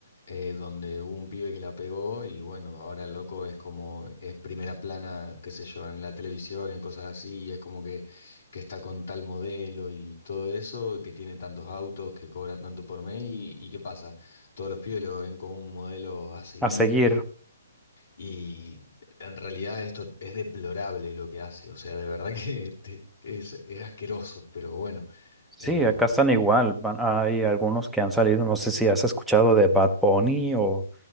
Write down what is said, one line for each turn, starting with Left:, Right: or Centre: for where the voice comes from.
Left: eh, donde hubo un pibe que la pegó y bueno, ahora el loco es como, es primera plana, qué sé yo, en la televisión en cosas así, y es como que, que está con tal modelo y todo eso, que tiene tantos autos, que cobra tanto por mes y, y ¿qué pasa? Todos los pibes lo ven como un modelo a seguir
Centre: A seguir,
Left: y en realidad esto es deplorable lo que hace, o sea, de verdad <laughs> que te- es, es asqueroso, pero bueno.
Centre: sí,
Left: eh,
Centre: acá están igual, van- hay algunos que han salido, no sé si has escuchado de Bad Bunny o...